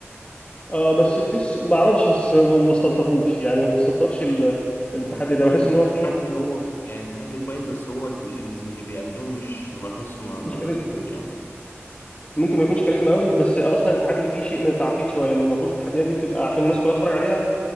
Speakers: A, on the left (about 25°); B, on the left (about 55°).
A: اه بس تحس ما اعرفش بس ما استلطفوش يعني ما استلطفش ال-
B: ما
A: التحدي
B: فضلش
A: ده بحس ان
B: في
A: هو
B: التحدي
A: فيه
B: هو كو- يعني التحدي كويس بس هو ال- اللي بيقدمه مش بحسه ما ما
A: مش كاريزما
B: بحبوش أوي.
A: ممكن ما يكونش كاريزما قوي بس اصلا التحدي فيه شيء من التعقيد شويه يعني المفروض التحديات دي بتبقى عشان الناس كلها تتفرج عليها